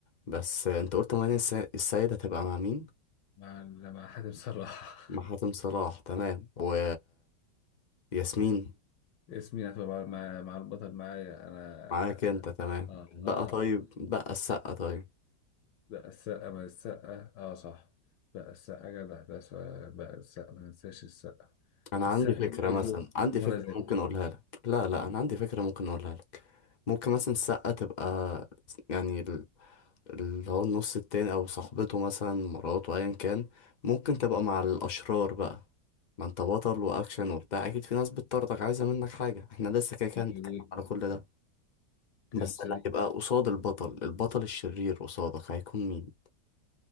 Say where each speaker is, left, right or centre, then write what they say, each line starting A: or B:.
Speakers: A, on the left (about 60°); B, on the left (about 75°).
A: بس أنت قلت مانيا الس... السيدة هتبقى مع مين؟
B: مع ال- مع حاتم صراحة
A: مع حاتم صلاح تمام و ياسمين
B: <laughs> ياسمين هتبقى مع مع مع البطل معايا أنا
A: معاك أنت تمام
B: آه
A: بقى
B: آه
A: طيب بقى السقا طيب
B: بقى السقا من السقا آه صح بقى السقا جدع ده س- بقى السقا ما ننساش السقا
A: أنا
B: السقا
A: عندي فكرة
B: نجيب
A: مثلا
B: له
A: عندي
B: منى
A: فكرة
B: زكي
A: ممكن أقولها لك لا لا أنا عندي فكرة ممكن أقولها لك ممكن مثلا السقا تبقى يعني اللي هو النص التاني او صاحبته مثلا مراته ايا كان ممكن تبقى مع الاشرار بقى ما انت بطل واكشن وبتاع اكيد في ناس بتطردك عايزه منك حاجه احنا لسه كده كده هنتكلم
B: كريم
A: على كل ده بس
B: كريم سليم
A: اللي هيبقى قصاد البطل البطل الشرير قصادك هيكون مين